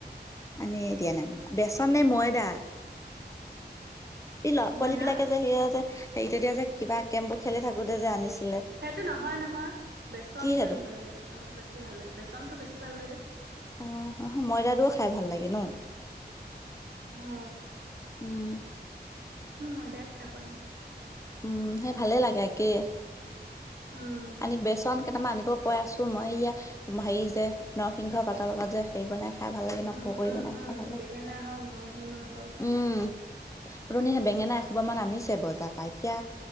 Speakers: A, on the left; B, on the right.
A: আনিয়েই দিয়া নাই বেচন নে ময়দা? এই ল'ৰা -পোৱালি
B: ময়দা
A: বিলাকে যে সেয়া যে হেৰি তেতিয়া যে কিবা কেমবোৰ খেলি থাকোতে যে আনিছে
B: সেইটো নহয়- নহয় বেচনটো
A: কি সেইটো
B: আনিব লাগে বেচনটো বেছি ভাল লাগে - বেচনটো বেছি ভাল লাগে।
A: অ, অহ ময়দাটোও খাই ভাল লাগে ন?
B: হ
A: উম,
B: ময়দাই খাই পোৱা নাই।
A: উম, সেই ভালে লাগে একে,
B: উম
A: আনি বেচন কেইটামান আনিব কৈ আছো মই ইয়া হেৰি যে নৰসিংহ পাতৰ লগত যে হেৰি বনাই খা খাই ভাল লাগে
B: উম
A: ন পকৰী
B: উম
A: বনাই
B: উম
A: খাই ভাল লাগে,
B: বেঙেনা হওক নৰসিংহ হওক
A: উম। ৰণে
B: ভাল
A: বেঙেনা
B: লাগে
A: এসোপামান মান আনিছে বজাৰ পাই এতিয়া।